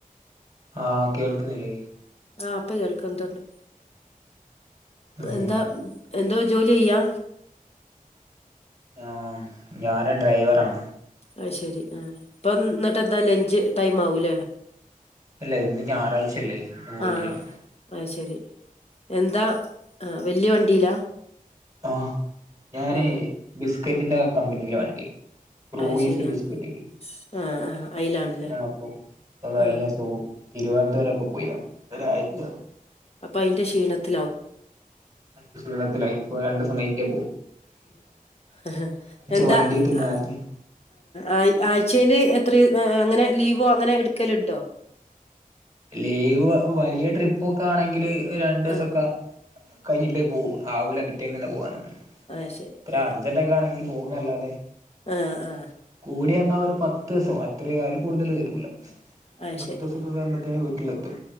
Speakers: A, on the right; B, on the left.
A: ആഹ്! കേൾക്കുന്നില്ലേ
B: ആഹ അപ്പൊ കേൾക്കതുണ്ട്.
A: ഉം
B: എന്താ എന്തോ ജോലി ചെയെയ്യാ?
A: ആ ഞാന ഡ്രൈവറാണ്
B: ആ ശെരി ആ ഇപ്പ എന്നിട്ട് എന്താ ലഞ്ച് ടൈം ആവൂല്ലേ?
A: ഇല്ല ഇന്ന് ഞായറാഴ്ചല്ലേ ഇന്ന് പോയിട്ടില്ലോ.
B: ആ അത് ശരി എന്താ വല്യ വണ്ടിയിലാ?
A: ആ ഞാന്
B: ആ
A: ബിസ്കറ്റിന്റെ കമ്പനിൽ വണ്ടി ക്രോയിസ്
B: അത് ശരിയാ
A: ബിസ്പിറ്റൾ
B: ആ ആ അയിലാണല്ലേ
A: ആണപ്പ ഇപ്പൊ കഴിഞ്ഞ
B: ആ
A: സ തിരുവനന്തപുരക്കെ പോയി വന്ന് ഒരാഴ്ച
B: ആ അപ്പൊ അതിന്റെ ക്ഷീണത്തി-
A: ക്ഷീണത്തി ഇനിപ്പോ രണ്ട ദിവസം കഴിിക്കാൻ പോ
B: ആഹ എന്താ
A: വണ്ടി തന്നെ
B: ആഹ!
A: ആയിരുന്നു
B: ആ ആഴ്ചൽ എത്ര അങ്ങനെ ലീവോ അങ്ങനെ എടുക്കലുണ്ടോ?
A: ലീവ് വലിയ ട്രിപ്പ ഒക്കെ ആണെങ്കില് രണ്ടു ദിവസക്കെ
B: ആ
A: കഴിഞ്ഞിട്ടേ പോകവും ആവൂല പിറ്റേന്ന് തന്നെ പോകാനന്ന
B: അത് ശരി
A: ഇ
B: ആ
A: അർജന്റ ഒക്കെ ആണെങ്കിലും പോകുന്നല്ലാതെ
B: ആ ആ
A: കൂടിന്നാൽ ഒരു പത്ത് ദിവസം അത്ര ആയാലും കൂടുതൽ വരൂല
B: അത്
A: പത്ത്
B: ശരി
A: ദിവസൊക്കെ കയുമ്പത്തേെ വീട്ടിലെത്തും